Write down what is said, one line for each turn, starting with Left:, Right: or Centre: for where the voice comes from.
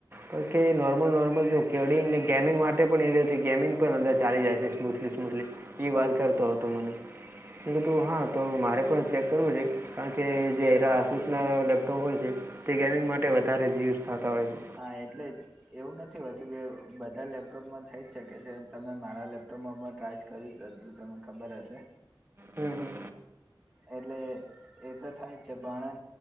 Right: કારણ કે નોર્મલ નોર્મલ જો કેડિંગ ને ગેમિંગ માટે પણ એ રહે તે ગેમિંગ પણ અંદર ચાલી જાય છે સ્મૂથલી સ્મૂથલી. ઈ વાત કરતો હતો મને મેં કીધું હા તો મારે પણ ચેક કરવું જોઈએ. કારણ કે જે એરા આસુસના લેપટોપ હોય છે તે ગેમિંગ માટે વધારે યુઝ થાતા હોય છે.
Centre: હા એટલે જ એવું નથી હોતું કે બધા લેપટોપમાં થઈ જ શકે છે તમે મારા લેપટોપમાં પણ ટ્રાય જ કર્યું તો તમને ખબર હશે.
Right: હમ હમ
Centre: એટલે એતો થાય જ છે પણ હે